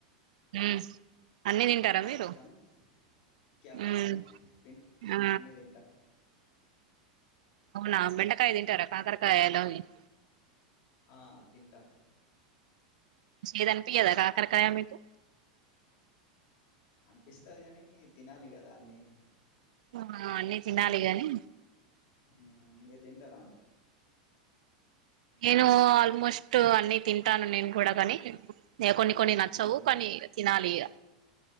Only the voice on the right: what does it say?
ఉం అన్నీ తింటారా
మీరు
ఉం
ఆ
అవునా బెండకాయ తింటారా కాకరకాయ ఎలావి <unintelligible>
చేదని పియధ కాకరకాయ మీకు
ఆ అన్నీ తినాలి గాని
నేను ఆల్మోస్ట్ అన్ని తింటాను నేను కూడా కాని నే కొన్ని కొన్ని నచ్చవు
కొన్ని తినాలి ఇగ